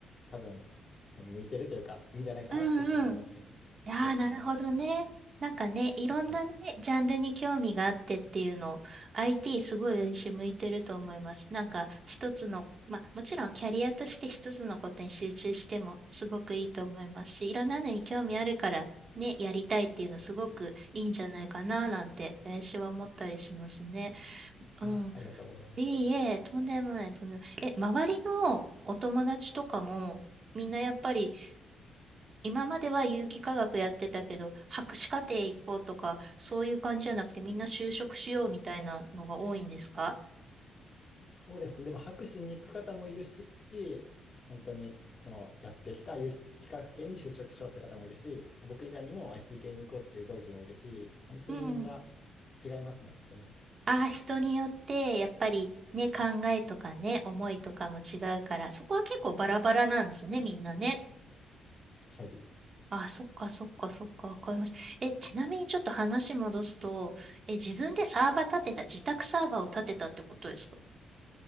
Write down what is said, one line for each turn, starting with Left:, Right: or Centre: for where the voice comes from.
Left: 多分向いてるというか、いいんじゃないかなっていうふうに思って、
Right: うんうんいやーなるほどね。
Left: 今日志望して。
Right: なんかね、いろんなね、
Left: はい。
Right: ジャンルに興味があってっていうのを、IT すごい私向いてると思います。なんか一つの、まあもちろんキャリアとして一つのことに集中してもすごくいいと思いますし、いろんなのに興味あるからね、やりたいっていうのすごくいいんじゃないかななんて、私は思ったりしますね。
Left: あ、
Right: うん。
Left: ありがとうございます。
Right: いいえ、とんでもない、とんでもない。え、周りのお友達とかも、みんなやっぱり今までは有機化学やってたけど、博士課程行こうとか、そういう感じじゃなくて、みんな就職しようみたいなのが多いんですか
Left: そうですね。でも博士に行く方もいるし、本当にそのやってきた有機化学系に就職しようって方もいるし、僕以外にも IT 系に行こうっていう同期もいるし、本当にみんな
Right: うん。
Left: 違いますね、人によって。
Right: ああ、人によって、やっぱりね、考えとかね、思いとかも違うから、そこは結構バラバラなんですね、みんなね。
Left: はい。
Right: ああ、そっか、そっか、そっか、わかりました。え、ちなみにちょっと話戻すと、え、自分でサーバー立てた、自宅サーバーを立てたってことですか